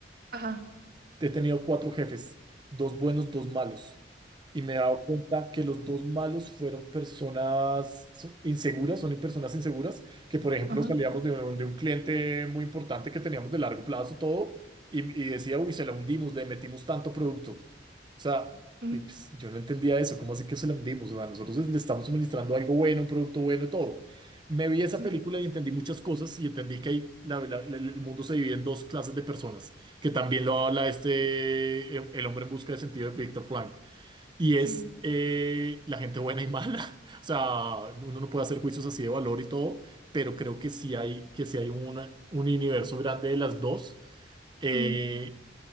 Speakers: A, on the right; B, on the right.
A: ajá,
B: He tenido cuatro jefes, dos buenos, dos malos. Y me he dado cuenta que los dos malos fueron personas son- inseguras, son personas inseguras, que por ejemplo
A: ajá,
B: salíamos de un, de un cliente muy importante que teníamos de largo plazo todo y, y decía, uy, se la hundimos, le metimos tanto producto. O sea,
A: mm,
B: y, pues, yo no entendía eso, ¿cómo así que se la hundimos? O sea, nosotros le estamos suministrando algo bueno, un producto bueno, todo. Me vi esa
A: sí,
B: película y entendí muchas cosas y entendí que hay- la- la- la- el mundo se divide en dos clases de personas que también lo habla este, eh, El hombre en busca de sentido de Viktor Frank, y
A: sí,
B: es eh, la gente buena y mala. <laughs> O sea, uno no puede hacer juicios así de valor y todo, pero creo que sí hay, que sí hay una- un universo grande de las dos. Eh,
A: mm,